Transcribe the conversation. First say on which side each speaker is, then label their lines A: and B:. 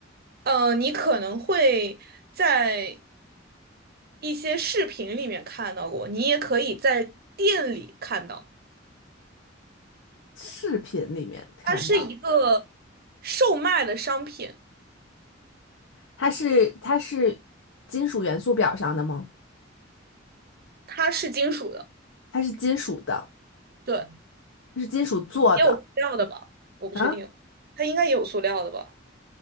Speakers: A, on the right; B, on the left.
A: 呃，你可能会在一些视频里面看到过，你也可以在店里看到，
B: 视频里面看到。
A: 它是一个售卖的商品，
B: 它是它是金属元素表上的吗？
A: 它是金属的。
B: 它是金属的，
A: 对，
B: 它是金属做的
A: 也有塑料的吧？我不确定，
B: 啊？
A: 它应该也有塑料的吧？